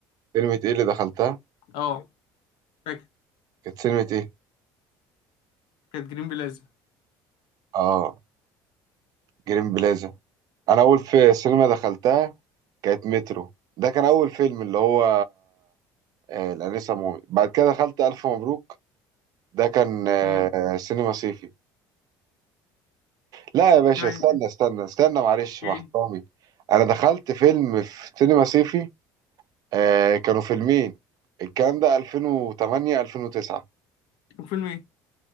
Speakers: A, on the right; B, on the left.
A: سينما ايه اللي دخلتها؟
B: اه فاكر
A: كانت سينما ايه؟
B: كانت جرين بلازا
A: اه جرين بلازا انا اول في سينما دخلتها كانت مترو ده كان اول فيلم اللي هو آه الانسه مومي بعد كده دخلت الف مبروك ده كان آه
B: امم
A: سينما صيفي لا يا باشا
B: ده
A: استنى
B: ايه
A: استنى استنى معلش
B: إيه؟
A: مع احترامي انا دخلت فيلم في سينما صيفي آه كانوا فيلمين الكلام ده 2008 2009
B: كان فيلم ايه